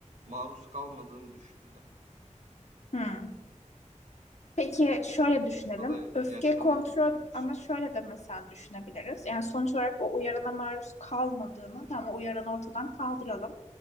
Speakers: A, on the right; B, on the left.
A: maruz kalmadığını düşünelim.
B: hı. Peki şöyle
A: Bu durumda
B: düşünelim.
A: da
B: Öfke
A: yaşanır
B: kontrol
A: mıydı aynı şey?
B: ama şöyle de mesela düşünebiliriz. Yani sonuç olarak o uyarana maruz kalmadığını tamam o uyaranı ortadan kaldıralım.